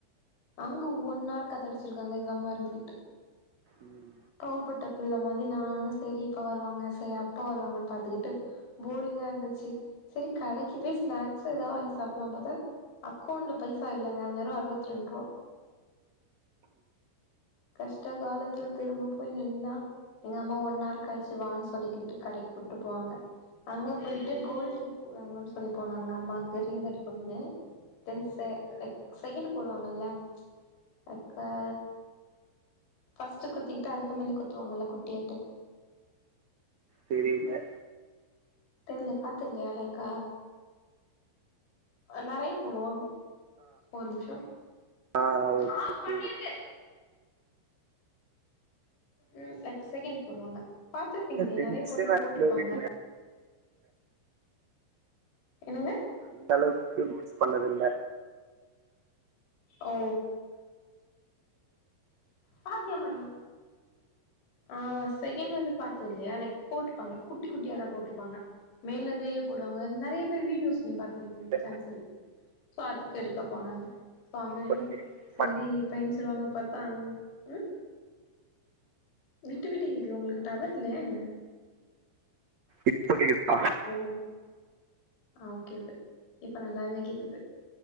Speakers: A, on the left; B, on the right.
A: அங்க ஒன் ஆர் கதடிச்சிருக்காங்க எங்க அம்மா இருந்துகிட்டு
B: ம்
A: பாவ பட்ட பிள்ள மாதி நானு சரி இப்ப வருவாங்க சரி அப்போ வருவாங்கன் பாத்துக்கிட்டு போரிங்கா இருந்துச்சி செரி கடைக்கு போய் ஸ்நாக்ஸு ஏதா வாங்கி சாப்பிட்லான் பாத்தா அக்கௌண்ட்ல பைசா இல்லங்க வெறு அருவத்ரெண்டு ரூவா கஷ்ட காலத்துல திரும்ப போய் நின்னா எங்க அம்மா ஒன்னார் கழிச்சி வான்னு சொல்லிக்கிட்டு கடைக்கு கூட்டு போவாங்க அங்க போய்ட்டு கோல்டு வாங்கன் சொல்லி போனாங்க அம்மாக்கு ரிங் எடுக்கண்னு தென் சே லைக் செகண்ட் போடுவாங்கல்ல லைக் அ ஃபஸ்ட்டு குத்திக்கிட்டு அதுக்கு மேலயு குத்துவாங்கல குட்டியேட்டு
B: தெரில
A: தெர்ல பாத்த இல்லையா லைக்கா நெறைய போடுவாங்க ஒரு நிமிஷோ
B: ஆ ஓகே
A: ஆஃப் பண்ணிருக்கு.
B: புரியுது
A: ம் லைக் செகண்ட் போடுவாங்க பாத்துருப்பீங்களே
B: டென்ஷனா
A: நறைய பொண்ணுங்க
B: இருக்குல
A: போட்ருப்பாங்க
B: வீட்ல
A: என்னங்க
B: அந்த அளவுக்கு நோட்டிஸ் பண்ணது இல்ல
A: ஓ சாப்டியாமா நீ ஆ செகண்ட் வந்து பாத்து இல்லையா லைக் போட்ருப்பாங்க குட்டி குட்டியாதா போட்ருப்பாங்க மேல இருந்தே போடுவாங்க நெறைய பேர் வீடியோஸ் பாத்துருக்கீங்க
B: இல்ல,
A: சான்ஸ் இருக்கு சோ அதுக்கு எடுக்க போனாங்க சோ அங்க நின்னு
B: பண்ணி
A: சரி
B: பண்-
A: இப்ப எஞ்சிருவாங்க பாத்தா அங் ம் விட்டு விட்டு கேக்குது உங்களுக்கு டவர் இல்லையா என்ன
B: இப்படி இருக்கா
A: ஓ ஆ ஓகே ஓகே இப்போ நல்லாவே கேக்குது